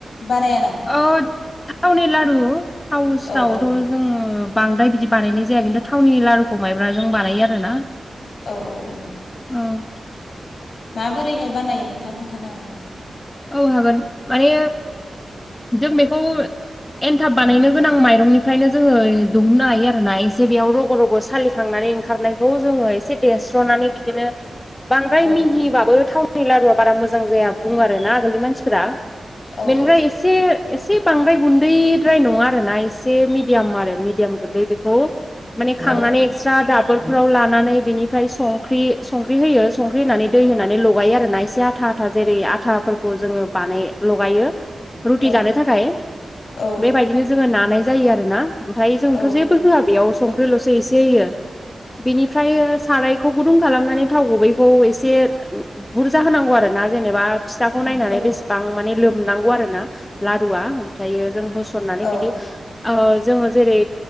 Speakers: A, on the left; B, on the left.
A: बानाया नामा
B: औ थावनि लारु थावसिथावथ'
A: औ औ
B: जोङो। बांद्राय बिदि बानायनाय जाया खिन्थु थावनि लारुखौ माइब्राजों बानायो आरो ना।
A: औ औ औ।
B: औ।
A: माबोरैहाय बानायो नोंथाङा खोन्थानो हागोना।
B: औ हागोन माने जों बेखौ एन्थाब। बानायनो गोनां माइरंनिफ्रायनो जोङो दिहुननो हायो आरोना एसे बेयाव रग' रग' सालिखांनानै। खारनाइखौ जोङो एसे देस्रनानै बिदिनो बांद्राइ
A: औ
B: मिहिबाबो जानाइ। नि लारुआ बारा मोजां जाया बुङो आरो ना आगोलनि मानसिफोरा
A: औ
B: बेनिफ्राय एसे। एसे बांद्राय गुन्दैद्राय नङा आरोना एसे मिडियाम आरो मिडियाम गुन्दै बेखौ माने खांनानै
A: औ
B: एक्सट्रा दाबोद फ्राव लानानै बिनिफ्राय संख्रि संख्रि होयो संख्रि होनानै दै होनानै लगायो आरोना एसे आथा आथा जेरै आथा फोरखौ जोङो बाने लगायो रुथि
A: औ
B: जानो थाखाय
A: औ
B: बेबायदिनो जोङो ना नाय जायो आरोना ओमफाय जोंथ'
A: औ
B: जेबो होआ बेयाव संख्रिल'सो एसे होयो बिनिफ्राय सारायखौ गुदुं खालामनानै थाव गुबैखौ एसे बुरजा होनांगौ आरो ना जेनेबा फिथाखौ
A: उम
B: नायनानै बेसेबां माने लोमनांगौ आरो ना लारुआ ओमफ्रायो जों होसननानै
A: औ
B: बिदि ओ जोङो जेरै